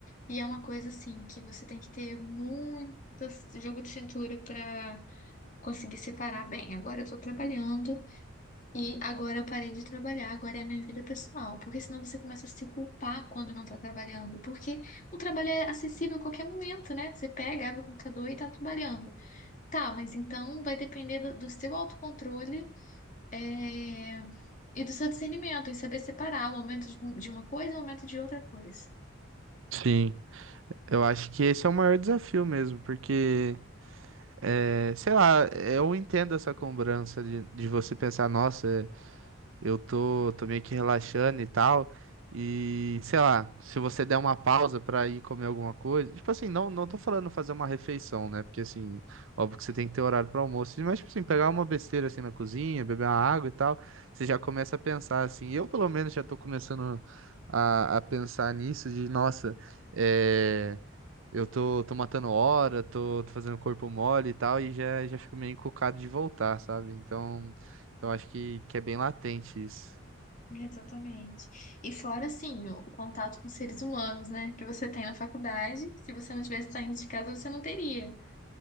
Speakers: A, on the left (about 40°); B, on the right (about 70°).
A: E é uma coisa assim que você tem que ter muito jogo de cintura para conseguir separar bem. Agora eu tô trabalhando e agora eu parei de trabalhar, agora é a minha vida pessoal. Porque senão você começa a se culpar quando não tá trabalhando. Porque o trabalho é acessível a qualquer momento, né? Você pega, abre o computador e tá trabalhando. Tá, mas então vai depender do, do seu autocontrole, é, e do seu discernimento, em saber separar o momento de, um- de uma coisa e o momento de outra coisa.
B: Sim, eu acho que esse é o maior desafio mesmo, porque, é, sei lá, eu entendo essa cobrança de, de você pensar, nossa. é Eu tô, tô meio que relaxando e tal. E, sei lá, se você der uma pausa pra ir comer alguma coisa. Tipo assim, não, não tô falando fazer uma refeição, né? Porque, assim, óbvio que você tem que ter horário para almoço. Mas, tipo assim, pegar uma besteira assim na cozinha, beber uma água e tal. Você já começa a pensar, assim. Eu, pelo menos, já tô começando a, a pensar nisso, de, nossa, é. Eu tô, tô matando hora, tô, tô fazendo corpo mole e tal, e já, já fico meio encucado de voltar, sabe? Então, então acho que, que é bem latente isso,
A: Exatamente. E fora, assim, o, o contato com seres humanos, né? Que você tem na faculdade, se você não tivesse saindo de casa, você não teria.